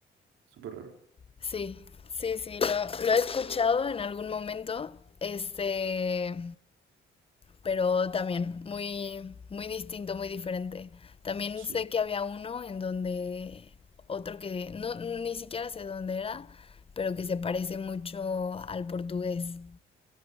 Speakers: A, on the right (about 75°); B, on the left (about 30°).
A: súper raro.
B: Sí, sí, sí, lo, lo he escuchado en algún momento, este, pero también muy, muy distinto, muy diferente. También
A: Sí.
B: sé que había uno en donde otro que no, ni siquiera sé dónde era, pero que se parece mucho al portugués.